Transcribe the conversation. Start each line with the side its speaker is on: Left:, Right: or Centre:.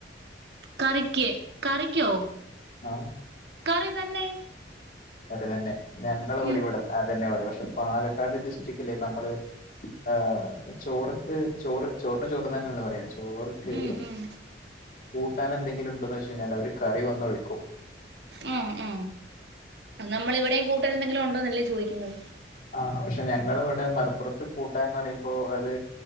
Right: കറിക്ക് കറിക്ക്യോ
Left: ആ
Right: കറി തന്നെ.
Left: അത് തന്നെ ഞങ്ങള് വിടിവിട
Right: ഉം
Left: അത് തന്നെ പറയാ, പക്ഷെ പാലക്കാട് ഡിസ്ട്രിക്റ്റില് നമ്മള് ആ ചോറ്ക്ക് ചോറ് ചോറിന് ചോറ് തന്നെ ന്ന് പറയാ? ചോർക്ക്
Right: ഉം ഉം
Left: കൂട്ടാനെന്തെങ്കിലും ഉണ്ടോന്ന് ചോയ്ച്ചയ്ഞ്ഞാല് അവര് കറി വന്നൊഴിക്കും.
Right: ഏ ഏ നമ്മൾ ഇവിടെയും കൂട്ടൻ എന്തെങ്കിലും ഉണ്ടോന്നല്ലേ ചോദിക്കുന്നത്?
Left: ആ പക്ഷെ ഞങ്ങളവിടെ മലപ്പുറത്ത് കൂട്ടാന്ന് പറയുമ്പോ അത്